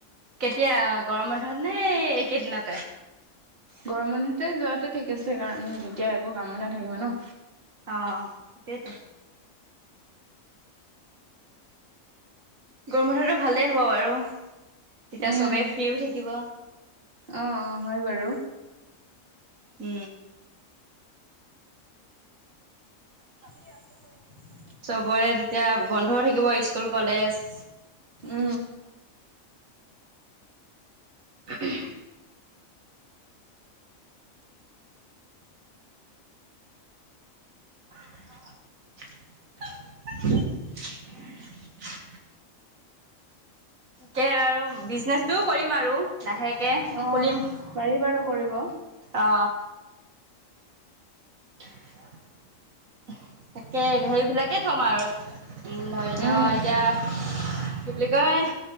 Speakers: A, on the right; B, on the right.
A: কেতিয়া গৰম বন্ধতনে এইকেইদিনতে?
B: গৰম বন্ধতে যোৱাতটো ঠিক আছে কাৰণ, তেতিয়া একো কামো নাথাকিব ন?
A: অ', টেইতো। গৰমবন্ধতো ভালেই হ'ব বাৰু, তেতিয়া
B: উম
A: চবে ফ্ৰীও থাকিব।
B: অ অ হয় বাৰু
A: উ।
B: ভাবি আছো বাৰু।
A: চবৰে তেতিয়া বন্ধও থাকিব স্কুল-কলেজ।
B: উ।
A: <unintelligible> <unintelligible> তাকে আৰু বিজনেচটোও কৰিম আৰু লাহেক কে
B: অ'
A: খুলিম
B: পাৰি বাৰু কৰিব।
A: অ, যা <inaudible> তাকে হেৰিবিলাকে থ'ম আৰু ধৰি
B: উম
A: লও এতিয়া কি বুলি কয়